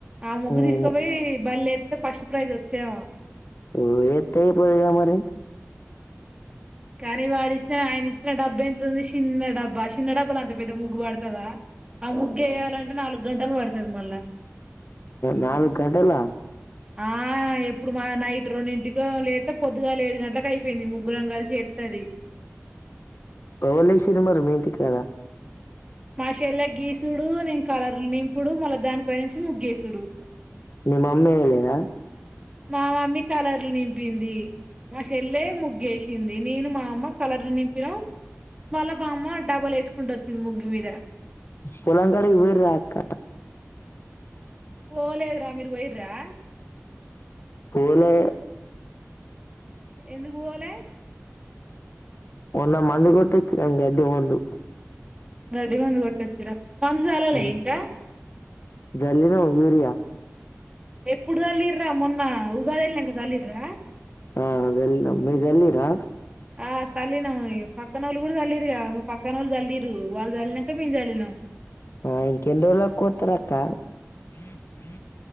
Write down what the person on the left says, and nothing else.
హ్మ్.
ఉ ఏ తయి పోయాగా మరి
నాలుగ్ గంటలా
హోలీ సినిమాలు మీ ఇంటికాడ
నీ మమ్మీ ఎయ్యలేదా
పొలం కాటికి పోయిర్ రాక్క
పోలే
ఉన్న మందు కొట్టి ఇచ్చిరన్నే వద్దు
హ్మ్.
జల్లినం యూరియా
ఆ వెళ్ళినం మీర్ జల్లింరా
ఆ ఇంకెన్ రోజులకు కోత్తరక్క ీ థీ